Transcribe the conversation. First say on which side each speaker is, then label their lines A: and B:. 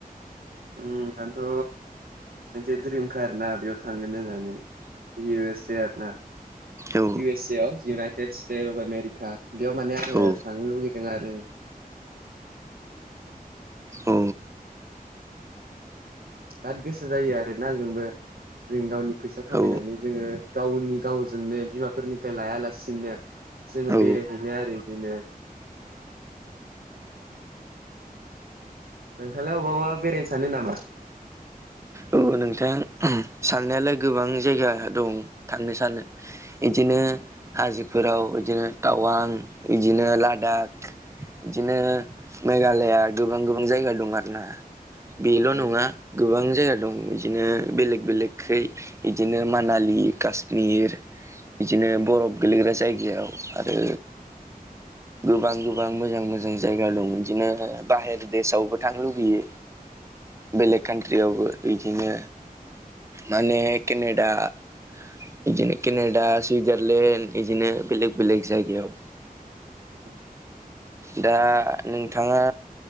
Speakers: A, on the right (about 75°); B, on the right (about 20°).
A: उम आंथ' मोनसे दड्रिम खा आरो ना बेयाव थांगोन होननानै इउ एस ए आरो ना।
B: औ
A: इउ एस ए आव इउनाइटेड स्टेट अफ आमेरिका बेयाव माने आङो
B: औ
A: थांनो लुुबैदों आरो।
B: औ।
A: बिराद गोसो जायो आरोना जोंबो जों गावनि फैसा खामायनानै
B: औ
A: जोङो गावनि गावजोंनो बिमाफोरनिफ्राय लाया लासिनो। जोङो
B: औ
A: बेरायहैनो आरो बिदिनो नोंथांलाय अबा बेरायनो सानो नामा?
B: औ नोंथां साननायालाय गोबां जायगा दं थांनो सानो बिदिनो हाजोफोराव बिदिनो टावां बिदिनो लादाख बिदिनो मेघालया गोबां गोबां जायगा दं आर ना। बेल'
A: औ
B: नङा गोबां जायगा दं। बिदिनो बेलेक बेलेकै बिदिनो मानालि कास्मिर बिदिनो बरफ गोेलैग्रा जायगायाव आरो गोबां गोबां मोजां मोजां जायगा दं बिदिनो बाहेर देशआवबो थांनो लुुबैयो बेलेग कान्ट्रियावबो बिदिनो माने केनेडा बिदिनो केनेडा सुइजारलेण्ड बिदिनो बेलेग बेलेग जायगायाव।
A: <inaudible>
B: दा नोंथाङा